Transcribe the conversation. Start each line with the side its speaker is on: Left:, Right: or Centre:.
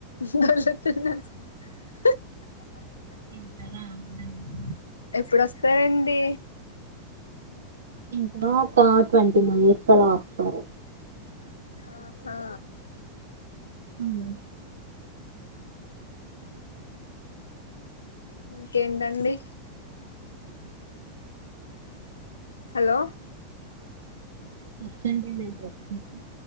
Left: జువెల్ దత్తన్నెస్ హా
Right: ఇంకా రాలేదండి
Left: ఎప్పుడోస్తాడండి
Right: ఇంకా ఒక ట్వంటీ మినిట్స్ లో అలా వస్తారు
Left: ఆహా
Right: మ్మ్
Left: ఇంకేందండి హలో
Right: సండే లేదా రెస్ట్ మీకు